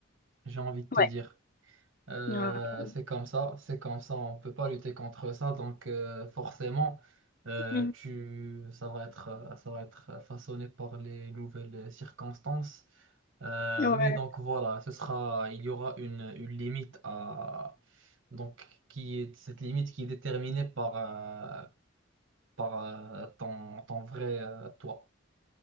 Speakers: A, on the right (about 70°); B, on the left (about 40°).
A: j'ai envie de te
B: Ouais.
A: dire. Euh,
B: Ouais.
A: c'est comme ça, c'est comme ça, on peut pas lutter contre ça. Donc euh, forcément, euh,
B: Mhm.
A: tu, ça va être, euh, ça va être façonné par les nouvelles circonstances. Euh,
B: Ouais,
A: mais donc voilà, ce sera, il y aura une, une limite à donc qui est cette limite qui est déterminée par, euh, par euh, ton, ton vrai euh, toi.